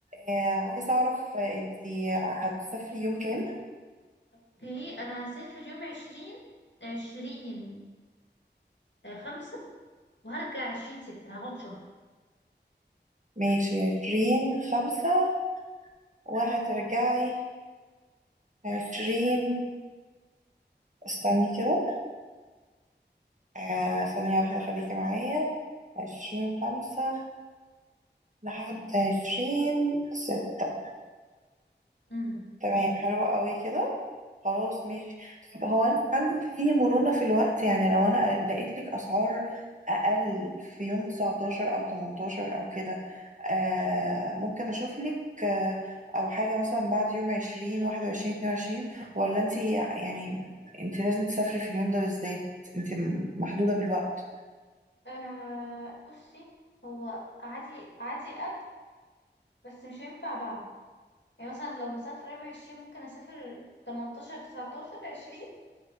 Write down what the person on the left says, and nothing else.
اوكي انا هسافر يوم عشرين عشرين آه، خمسة وهرجع عشرين ستة هقعد شهر
امم
آه بصي هو عادي عادي قبل بس مش هينفع بعد يعني مثلا لو مسافرة يوم عشرين ممكن أسافر تمنتاشر تسعتاشر عشرين